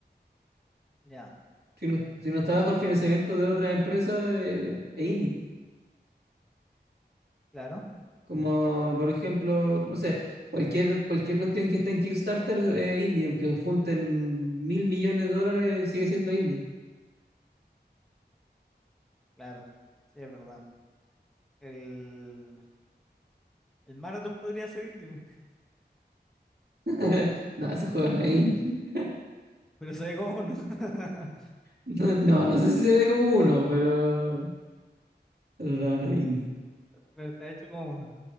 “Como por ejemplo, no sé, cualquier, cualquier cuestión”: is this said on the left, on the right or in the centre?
Right